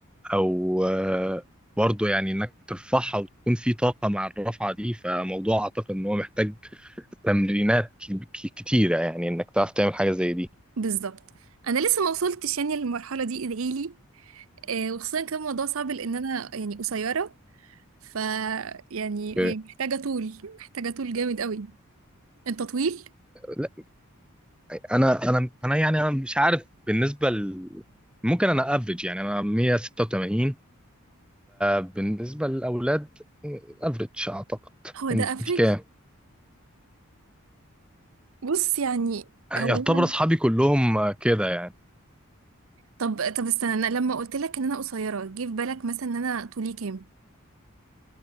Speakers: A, in the centre; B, on the right.
A: او آه، برضو يعني انك ترفعها وتكون في طاقة مع الرفعة دي فموضوع اعتقد ان هو محتاج تمرينات ك- ك- كتيرة يعني انك تعرف تعمل حاجة زي دي
B: بالظبط انا لسه ما وصلتش يعني للمرحلة دي ادعيلي آه، وخصوصا كان الموضوع صعب لان انا يعني قصيرة ف يعني
A: ب-
B: هي محتاجة طول محتاجة طول جامد قوي انت طويل
A: لا انا انا انا يعني انا مش عارف بالنسبة ل... ممكن انا افريج يعني انا 186 بالنسبة للاولاد افريج اعتقد
B: هو
A: انت
B: ده افريج
A: كام
B: بص يعني
A: يعتبر
B: هو انا
A: اصحابي كلهم آه، كده يعني
B: طب طب استنى انا لما قلت لك ان انا قصيرة جه في بالك مثلا ان انا طولي كام